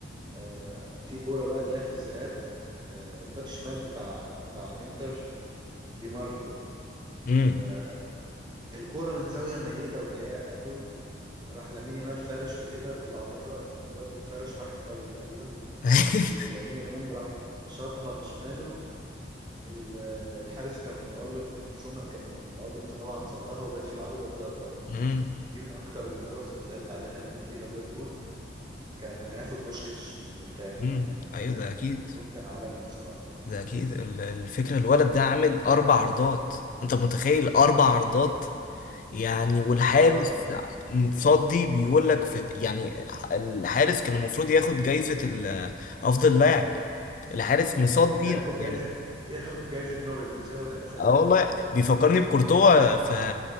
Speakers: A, on the right; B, on the left.
A: آه، في كوره بقى اللي هي في الذهاب آه، الباك شمال بتاع بتاع انتر دي ماركو
B: امم
A: آه، الكوره من زاويه ميته وضيقه قوي راح لامين يامال فرش وكده طلعه بره يعني الواد اتفرش راح ايطاليا تقريبا
B: <laughs>
A: ولامين يامال راح شاطها بشماله ال- الحارس كان متالق سومر كان متالق طبعا صدها وجت في العارضه وطلعت بره
B: امم
A: دي من اكتر الفرص اللي زعلت عليها لان دي لو جت جون كان هياخد بوشكاش مرتاح
B: امم
A: يعني ال-
B: ايوه ده اكيد
A: الجون كان عالمي بصراحه
B: ده اكيد ال- الفكره الولد ده عامل اربع عرضات انت متخيل اربع عرضات يعني والحارس
A: اه
B: متصدي بيقول لك في يعني الحارس كان المفروض ياخد جايزه ال- افضل لاعب الحارس مصدي
A: ده ياخد جايزة
B: يعني
A: ياخد جايزة نوبل مش هياخد أحسن
B: اه
A: لاعب
B: والله بيفكرني بكورتوا ف